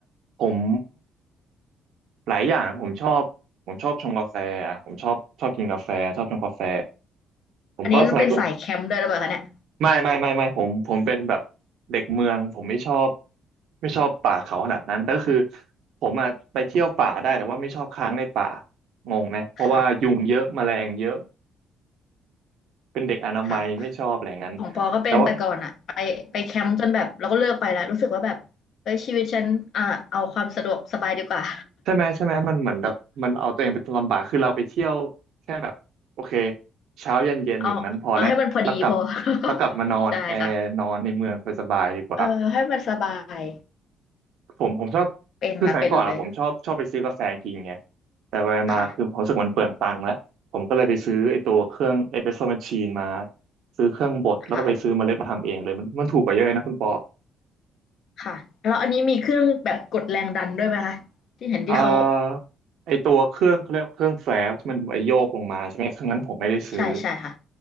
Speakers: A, on the right; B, on the left.
A: ผมหลายอย่างนะผมชอบผมชอบชงกาแฟอ่ะผมชอบชอบกินกาแฟชอบชงกาแฟผมก็สมัยก็
B: อันนี้เป็นสายแคมป์ด้วยหรือเปล่าคะเนี่ย
A: ไม่ไม่ไม่ไม่ผมผมเป็นแบบเด็กเมืองผมไม่ชอบไม่ชอบป่าเขาขนาดนั้นแต่ก็คือผมอ่ะไปเที่ยวป่าได้แต่ว่าไม่ชอบค้างในป่างงไหมเพราะว่ายุงเยอะแมลงเยอะ
B: ค่ะ
A: เป็นเด็กอนามัยไม่ชอบอะไรอย่างนั้น
B: ค่ะของปอก็เป็นแต่ก่อนอะไปไปแคมป์จนแบบเราก็เลิกไปแล้วรู้สึกว่าแบบเฮ้ยชีวิตฉันอ่ะเอาความสะดวกสบายดีกว่า
A: แต่ว่า ใช่ไหมใช่ไหมมันเหมือนแบบมันเอาตัวเองไปลำบากคือเราไปเที่ยวแค่แบบโอเคเช้าเย็นเย็นอยู่นั้นพอแล้วแล้วกลับ
B: <laughs> เอาเอาให้มันพอดีพอ <laughs>
A: แล้วกลับมานอนแอร์นอนในเมืองสบายๆดีกว่า
B: ใช่ค่ะเออให้มันสบาย
A: ผมผมชอบ
B: เป็นค่ะเป็นเลย
A: คือสมัยก่อนอะผมชอบชอบไปซื้อกาแฟกินไงแต่ไปมาคือผมรู้สึกมันเปลืองตังค์แล้วผมก็เลยไปซื้อไอ้ตัวเครื่องเอสเปรสโซ่แมชชีนมา
B: ค่ะ
A: ซื้อเครื่องบดแล้วก็ไปซื้อเมล็ดมาทำเองเลยมันมันถูกกว่าเยอะเลยนะคุณปอ
B: ค่ะ ค่ะแล้วอันนี้มีเครื่องแบบกดแรงดันด้วยไหมคะที่เห็นที่เขา
A: อ่าไอ้ตัวเครื่องเขาเรียกว่าเครื่องแฟลชที่มันไว้โยกลงมาใช่ไหมเครื่องนั้นผมไม่ได้ซื้อ
B: ใช่ใช่ค่ะ